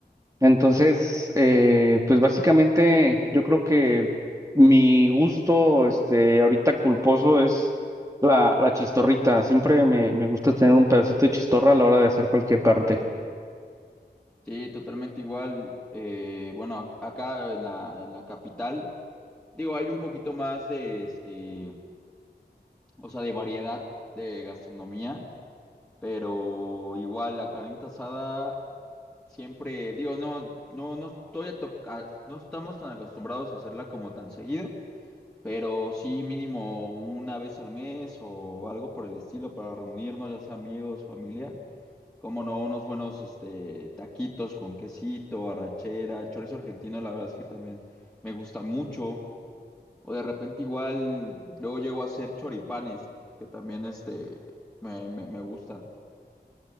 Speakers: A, on the right; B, in the centre.
A: Entonces, eh, pues básicamente yo creo que mi gusto, este, ahorita culposo es la, la chistorrita. Siempre me, me gusta tener un pedacito de chistorra a la hora de hacer cualquier parte.
B: Sí, totalmente igual. eh, bueno, a- acá en la, en la capital, digo, hay un poquito más de este... o sea, de variedad de gastronomía, pero igual la carnita asada siempre, digo, no, no, no estoy a to- a- no estamos tan acostumbrados a hacerla como tan seguido, pero sí mínimo una vez al mes o algo por el estilo para reunirnos, ya sea amigos, familia. Como no, unos buenos este, taquitos con quesito, arrachera, chorizo argentino, la verdad es que también me gusta mucho. O de repente igual luego llego a hacer choripanes, que también este me, me, me gustan.